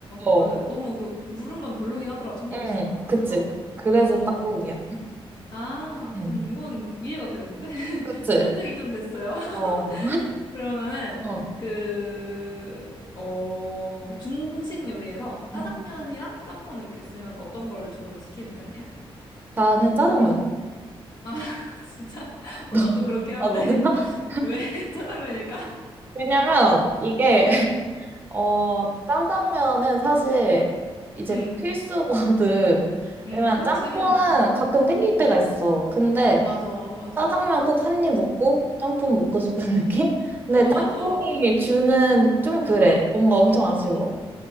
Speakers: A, on the right; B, on the left.
A: 어,
B: 맞아. 너무 그, 물은 건 별로긴 하더라. 천도복숭아가.
A: 응, 그치.
B: 어.
A: 그래서
B: 어.
A: 딱국이야.
B: 아,
A: 응,
B: 음, 이건 이해가 되는데? <laughs>
A: 그치.
B: 설득이 좀 됐어요. <laughs>
A: 어,
B: 그러면은,
A: 어.
B: 그, 어, 중식 요리에서 짜장면이랑
A: 응.
B: 짬뽕 이렇게 쓰면 어떤 걸 주로 시키는 편이야?
A: 나는 짜장면.
B: <laughs> 진짜? 어,
A: <laughs>
B: 나도 그렇긴 한데,
A: 아, 너는? <laughs>
B: <laughs> 왜 <laughs> 짜장면일까?
A: 왜냐면 이게,
B: 어,
A: <laughs> 어, 짜장면은 사실 이제
B: 음,
A: 필수거든.
B: 음,
A: 왜냐면
B: 그치.
A: 짬뽕은 가끔 땡길 때가
B: 음,
A: 있어. 근데
B: 맞아, 맞아.
A: 짜장면 꼭 한입 먹고 짬뽕 먹고 싶은 <laughs> 느낌? 근데
B: 어,
A: 짬뽕이
B: 맞아.
A: 주는 좀 그래. 뭔가 엄청 아쉬워.
B: 어.